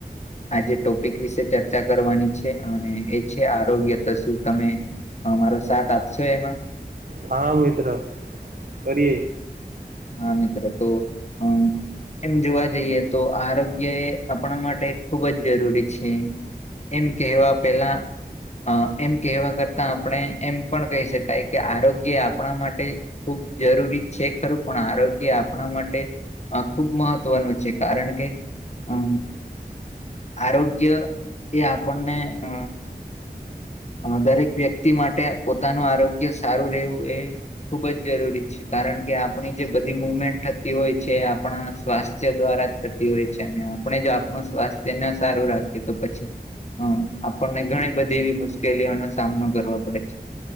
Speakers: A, on the left (about 45°); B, on the right (about 60°).
A: આજે ટોપિક વિશે ચર્ચા કરવાની છે અને એ છે આરોગ્ય તો શું તમે. હ મારો સાથ આપશો એમાં.
B: હા મિત્ર કરીયએ.
A: હા મિત્ર તો અ. એમ જોવા જઈએ તો આરોગ્ય એ આપણા માટે ખુબ જ જરૂરી છે. એમ કેહેવા પેલા. અ એમ કહેવા કરતા આપણે એમ પણ કહી શકાય કે આરોગ્ય આપણા માટે. ખૂબ જરૂરી છે ખરું પણ આરોગ્ય આપણા માટે. આ ખુબ મહત્વનું છે કારણ કે અમ. આરોગ્ય એ આપણને અ. દરેક વ્યક્તિ માટે પોતાનું આરોગ્ય સારું રહેવું એ ખુબ જ જરૂરી છે. કારણ કે આપણી જે બધી મુવમેન્ટ થતી હોય છે આપણા સ્વાસ્થ્ય દ્વારા જ થતી હોય છે અને. આપણે જો આપણું સ્વાસ્થ્ય ન સારું રાખીએ તો પછી અ આપણને ઘણી બધી એવી મુશકલી. મુકેલીઓ નો સામનો કરવો પડે છે